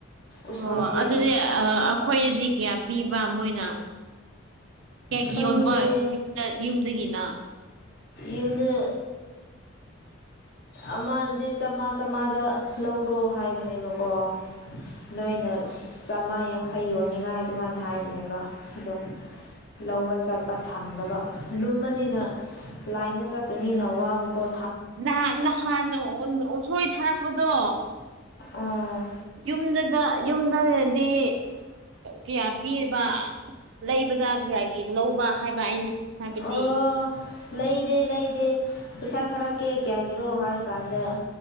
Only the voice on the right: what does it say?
ꯑꯣ ꯑꯗꯨꯗꯤ ꯑꯩꯈꯣꯏꯅꯗꯤ ꯀꯌꯥ ꯄꯤꯕ ꯃꯣꯏꯅ ꯀꯌꯥꯒꯤ
ꯌꯣꯟꯕ ꯌꯗ ꯌꯨꯝꯗꯒꯤꯅ
ꯑ
ꯅꯍꯥꯟ ꯅꯍꯥꯟ ꯎꯁꯣꯏ ꯊꯥꯔꯛꯄꯗꯣ
ꯌꯨꯝꯗꯗ ꯌꯨꯝꯗꯗꯤ ꯀꯌꯥ ꯄꯤꯔꯤꯕ ꯂꯩꯕꯗ ꯀ ꯍꯥꯏꯒꯤ ꯂꯧꯕ ꯍꯥꯏꯕ ꯑꯩꯅ ꯍꯥꯏꯕꯗꯤ